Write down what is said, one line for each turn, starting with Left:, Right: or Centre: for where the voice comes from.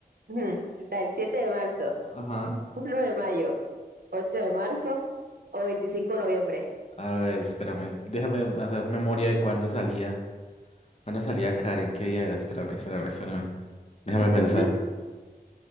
Right: Ujú, Está el 7 de marzo,
Left: Ajá.
Right: uno de mayo, 8 de marzo o 25 de noviembre.
Left: A ver, espérame. Déjame hacer memoria de cuándo salía. ¿Cuándo salía Karen? ¿Qué día era? Espérame, espérame, espérame. Déjame
Right: <laughs>
Left: pensar.